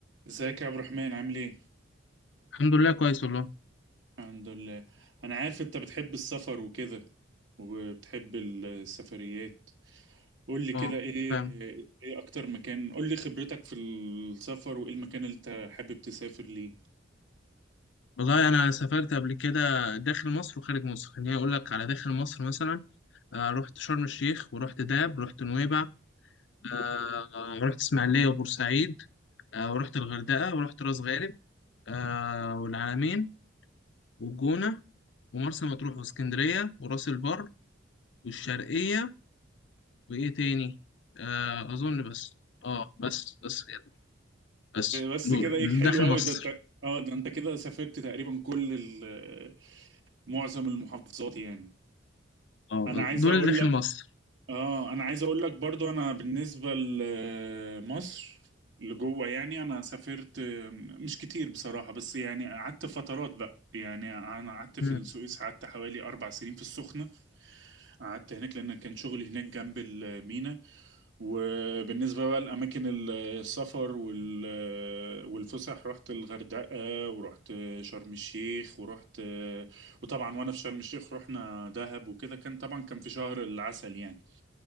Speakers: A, on the right (about 80°); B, on the left (about 70°).
A: ازيك يا عبد الرحمن عامل ايه؟
B: الحمد لله كويس والله
A: الحمد لله انا عارف انت بتحب السفر وكده وبتحب السفريات قول لي كده
B: اه
A: ايه
B: فاهم
A: ايه اكتر مكان قول لي خبرتك في السفر وايه المكان اللي انت حابب تسافر ليه
B: والله انا سافرت قبل كده داخل مصر وخارج مصر خليني اقول لك على داخل مصر مثلا آه رحت شرم الشيخ ورحت دهب رحت نويبع آه رحت اسماعيليه وبورسعيد آه ورحت الغردقه ورحت راس غارب آه والعلمين والجونه ومرسى مطروح واسكندريه وراس البر والشرقيه وايه تاني آه اظن بس اه بس بس كده بس
A: بس
B: دول
A: كده ايه حلو
B: داخل
A: قوي
B: مصر
A: ده انت اه ده انت كده سافرت تقريبا كل ال- معظم المحافظات يعني
B: اه
A: انا عايز
B: دول
A: اقول
B: داخل
A: لك
B: مصر
A: اه انا عايز اقول لك برضو انا بالنسبة لمصر لجوه يعني انا سافرت مش كتير بصراحة بس يعني قعدت فترات بقى يعني انا قعدت في
B: مم.
A: السويس قعدت حوالي اربع سنين في السخنة قعدت هناك لان كان شغلي هناك جنب المينا وبالنسبة بقى لاماكن السفر وال والفسح رحت الغردقة ورحت شرم الشيخ ورحت وطبعا وانا في شرم الشيخ رحنا دهب وكده كان طبعا كان في شهر العسل يعني